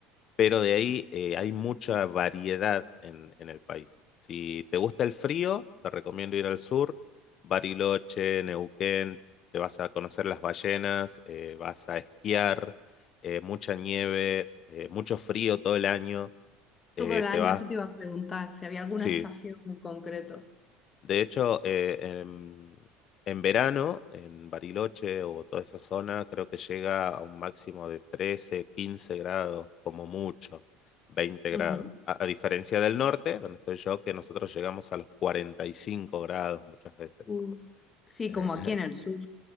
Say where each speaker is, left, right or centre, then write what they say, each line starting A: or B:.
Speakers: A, on the left; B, on the left.
A: pero de ahí eh, hay mucha variedad en, en el país. Si te gusta el frío, te recomiendo ir al sur, Bariloche, Neuquén, te vas a conocer las ballenas, eh, vas a esquiar, eh, mucha nieve, eh, mucho frío todo el año,
B: Todo
A: eh,
B: el año,
A: te vas,
B: eso te iba a preguntar, si había alguna
A: sí,
B: estación en concreto.
A: De hecho, eh, en, en verano, en Bariloche o toda esa zona, creo que llega a un máximo de 13, 15 grados, como mucho, 20 grados.
B: Ujú.
A: A, a diferencia del norte, donde estoy yo, que nosotros llegamos a los 45 grados muchas veces.
B: Uf. Sí,
A: Eh,
B: como aquí en
A: <laughs>
B: el sur.